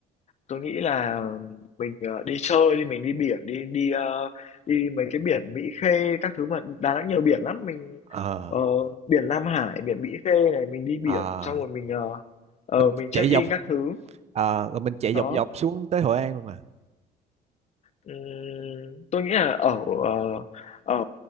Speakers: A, on the left (about 40°); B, on the right (about 40°).
A: Tôi nghĩ là mình, ờ, đi chơi đi, mình đi biển đi, đi, ơ, đi mấy cái biển Mỹ Khê các thứ mà Đà Nẵng nhiều biển lắm, mình,
B: Ờ
A: ờ, biển Lam Hải, biển Mỹ Khê này, mình đi biển
B: à,
A: xong rồi mình, ờ, ờ,
B: mình
A: mình check-in
B: chạy dọc
A: các thứ.
B: à, rồi mình chạy
A: Đó,
B: dọc dọc xuống tới Hội An luôn à?
A: ừm, tôi nghĩ là ở, ờ, ở